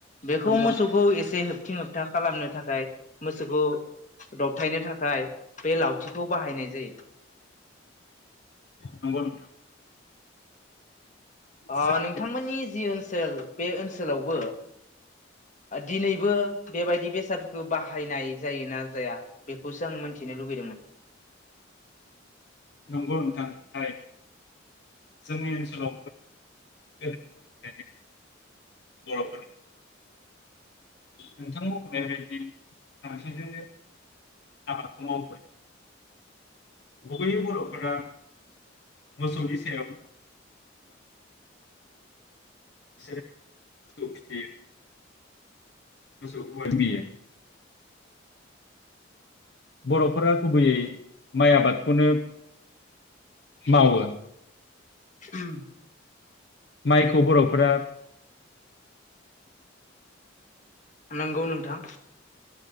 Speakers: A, on the left; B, on the left.
A: बेखौ
B: नंगौ
A: मोसौखौ एसे होब होबथिं होबथा खालामनो थाखाय मोसौखौ दबथायनो थाखाय बे लावथिखौ बाहायनाय जायो
B: नंगौ नोंथां
A: ओ
B: जोंनि
A: नोंथांमोननि जि ओनसोल बे ओनसोलावबो दिनैबो बेबायदि बेसादफोरखौ बाहायनाय जायोना जाया बेखौसो आं मिथिनो लुुबैदोंमोन
B: नंगौ नोंथां थारैनो जोंनि ओनसोलावबो गोदायनिफ्रायनो बर'फोरा नोंथां मख'नाय बायदि <unintelligible> आबादखौ मावबोदों गुबैयै बर'फोरा मोसौनि सायाव बिसोरो मोसौ फिसियो <unintelligible>
A: <unintelligible>
B: बर'फोरा गुबैयै माइ आबादखौनो मावो
A: ओम
B: माइखौ बर'फोरा
A: नंगौ नोंथां